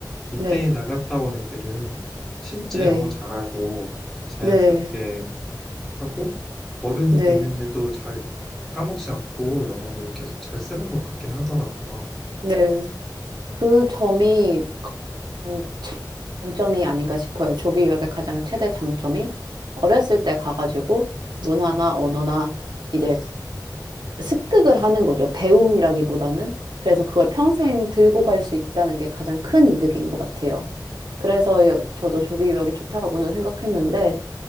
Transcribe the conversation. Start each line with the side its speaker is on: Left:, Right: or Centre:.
Centre: 이때
Right: 네.
Centre: 나갔다 온 애들은 진짜
Right: 네.
Centre: 영어 잘하고 자연스럽게
Right: 네.
Centre: 하고 어른이
Right: 네.
Centre: 됐는데도 잘 까먹지 않고 영어를 계속 잘 쓰는 것 같긴 하더라고요.
Right: 네. 그 점이 음, 장점이 아닌가 싶어요. 조기 유학의 가장 최대 장점이 어렸을 때 가가지고 문화나 언어나 이제 습득을 하는 거죠. 배움이라기보다는. 그래서 그걸 평생 들고 갈 수 있다는 게 가장 큰 이득인 것 같아요. 그래서 여- 저도 조기 유학이 좋다고는 생각했는데,